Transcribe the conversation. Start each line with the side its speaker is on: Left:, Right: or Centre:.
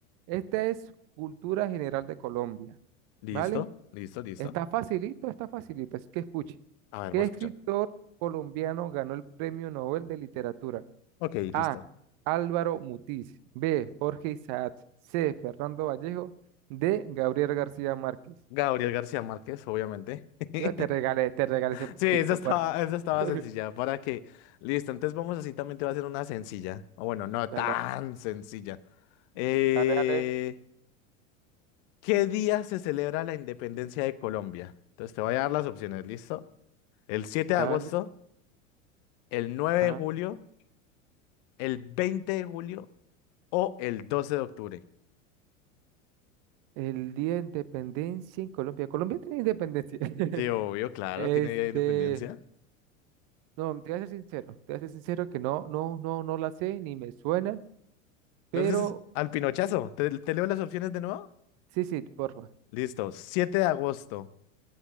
Right: esta es cultura general de Colombia,
Left: Listo,
Right: ¿vale?
Left: listo, listo.
Right: Está facilito, está facilito. Así que escuche.
Left: A ver,
Right: ¿Qué
Left: voy a escuchar.
Right: escritor colombiano ganó el Premio Nobel de Literatura?
Left: Ok,
Right: A.
Left: listo.
Right: Álvaro Mutis. B. Jorge Isaac. C. Fernando Vallejo. D. Gabriel García Márquez.
Left: Gabriel García Márquez, obviamente. <laughs>
Right: Yo te regalé, te regalé ese puntico,
Left: Sí, esa estaba,
Right: por...
Left: esa estaba
Right: <laughs>
Left: sencilla. ¿Para que Listo, entonces vamos así, también te va a hacer una sencilla. O bueno, no
Right: Dale,
Left: tan sencilla. Eh,
Right: Dale, dale,
Left: ¿qué día se celebra la independencia de Colombia? Entonces te voy a dar las opciones, ¿listo? El siete
Right: dale.
Left: de agosto, el nueve
Right: Ajá.
Left: de julio. el 20 de julio o el 12 de octubre.
Right: El Día de Independencia en Colombia. Colombia tiene independencia. <laughs>
Left: Sí, obvio, claro,
Right: Este,
Left: tiene Día de Independencia.
Right: no, te voy a ser sincero, te voy a ser sincero que no, no, no, no la sé ni me suena, pero
Left: Entonces, al pinochazo, ¿te, te leo las opciones de nuevo?
Right: sí, sí, porfa.
Left: Listo, 7 de agosto,